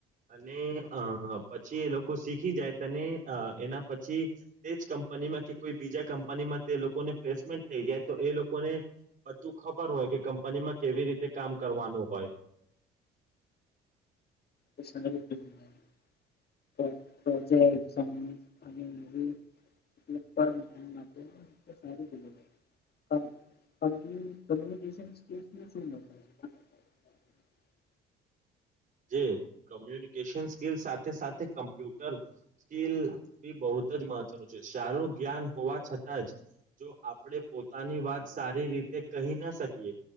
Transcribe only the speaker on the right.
અને અ પછી એ લોકો શીખી જાય તને એના પછી તે જ કંપનીમાં કે કોઈ બીજા કંપનીમાં તે લોકોને પ્લેસમેન્ટ થઈ જાય તો એ લોકોને બધું ખબર હોય કે કંપનીમાં કેવી રીતે કામ કરવાનું હોય
જે કમ્યુનિકેશન સ્કીિલ સાથે સાથે કમ્પ્યુટર સ્કીિલ બી બહ બ જ મહત્વનું છે સારું જ્ઞાન હોવા છતાં જ જો આપણે પોતાની વાત સારી રીતે કહી ના શકીએ